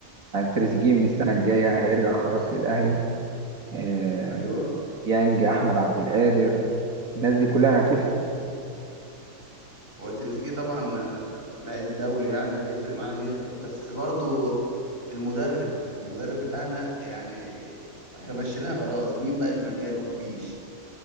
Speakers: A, on the right; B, on the right.
A: يعني تريزيجيه من السنة الجاية هيرجع خلاص للأهلي آه،
B: ايوه
A: يانج أحمد عبد القادر الناس دي كلها هتفرق
B: هو تريزيجيه طبعا آه، لعيب دولي يعني هيفرق معانا جدا بس برضو المدرب المدرب بتاعنا يعني احنا مشيناه خلاص مين بقى اللي مكانه مفيش